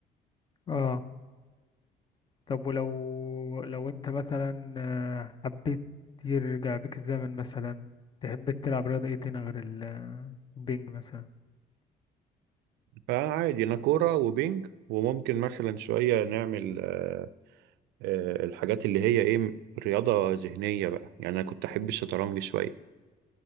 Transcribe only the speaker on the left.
اه طب ولو لو انت مثلا آه، حبيت يرجع بيك الزمن مثلا تحب تلعب رياضة ايه تاني غير ال- البينج مثلا